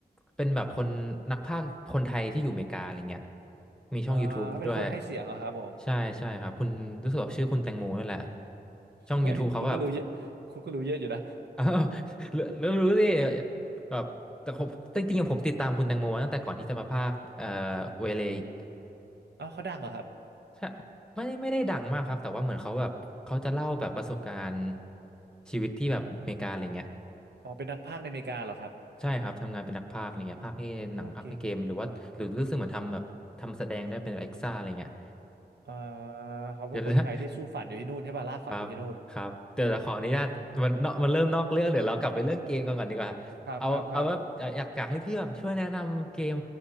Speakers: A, in the centre; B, on the right.
A: เป็นแบบคนนักภาคคนไทยที่อยู่อเมริกาอะไรเงี้ยมีช่อง
B: เออเขาเป็นคนให้เสียงเหรอครับผม
A: YouTube ด้วยใช่ใช่ครับคุณรู้สึกออกชื่อคุณแตงโมนี่แหละช่อง
B: เฮ้ยคุณก็รู้เยอะคุณก็รู้เยอะอยู่นะ
A: YouTube เขาก็แบบ <laughs> อ้าวรู้รู้รู้ดิแบบแต่ผมจริงๆอะผมติดตามคุณแตงโมตั้งแต่ก่อนที่จะมาภาคเอ่อเวเลอีก
B: <laughs> อ้าวเขาดังเหรอครับ
A: ใช่ไม่ไม่ได้ดังมากครับแต่ว่าเหมือนเขาแบบเขาจะเล่าแบบประสบการณ์ชีวิตที่แบบอเมริกาอะไรเงี้ย
B: อ๋อเป็นนักพากย์ในอเมริกาเหรอครับ
A: ใช่ครับทำงานเป็นนักพากย์อะไรเงี้ยพากย์ให้หนังพากย์ให้เกมหรือว่าหรือรู้สึกเหมือนทำแบบทำแสดงได้เป็นเอ็กซ่าอะไรเงี้ย
B: โอ้เก่งอะเออเขาเป็นคนไทยที่สู้ฝันอยู่ที่นู่นใช่ป่ะลากฝันอยู่ที่นู่น
A: เดี๋ยวนะครับครับเดี๋ยวเราขออนุญาตมันเนาะมันเริ่มนอกเรื่องเดี๋ยวเรากลับไปเรื่องเกมกันก่อนดีกว่าเอาเอาว่าเอ่ออยากอยากให้พี่แบบช่วยแนะนำเกม
B: เออครับครับครับ